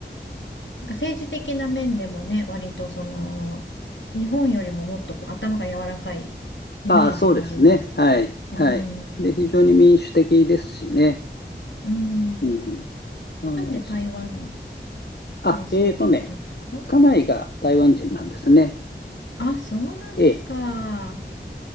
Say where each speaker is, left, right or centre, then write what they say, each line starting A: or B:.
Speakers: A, on the left (about 85°); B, on the left (about 60°).
A: なんか政治的な面でもね割とその日本よりももっとこう頭が柔らかいイメージがあります。
B: ああ、そうですね。はい。
A: うん、
B: はい。で、非常に民主的ですしね。
A: うん、
B: うん。あの、
A: なんで台湾
B: そあ、
A: に住もうと思ったんですか
B: えーとね、家内が台湾人なんですね。
A: あそうなんですか
B: ええ。